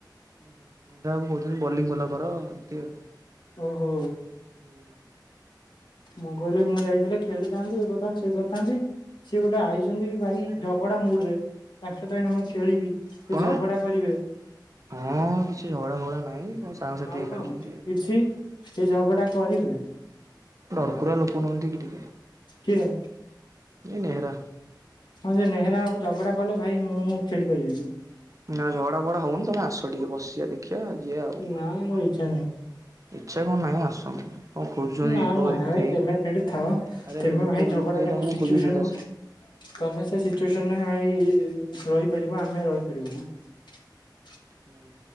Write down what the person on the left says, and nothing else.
ଓହୋ।
ମୁଁ କହିଲି ମୁଁ ଯାଇଥିଲେ ଖେଳିଥାନ୍ତି ଇଏ କରିଥାନ୍ତି ସେ କରିଥାନ୍ତି
ସିଏ ଗୋଟେ ଆଇ ଛନ୍ତି ଭାଇ
ଝଗଡା ମୁଡରେ ତାଙ୍କ ସହିତ ମୁଁ ଏଇନା ଖେଳିବି। ସେ
ଝଗଡ଼ା କରିବେ।
ଆଉ
କଣ
କିଛି
ସେ ଝଗଡା କରିବେ।
କିଏ?
ହଁ ଯେ ନେହେରା ଆକୁ ଝଗଡା କଲେ ଭାଇ ମୁଁ ଖେଳି ପାରିବିନି
ନା ମୋର ଇଚ୍ଛା ନାହିଁ
ନା
ନାଇ
ଭାଇ ତମେ ସେଠି ଥାଅ
ତମେ
ଭାଇ ଝଗଡା
ଟାକୁ
ସିଚୁସନ
କ ତମେ ସେ ସିଚୁଏସନରେ ଭାଇ ରହିପାରିବ ଆମେ ରହିପାରିବୁ ନାହିଁ।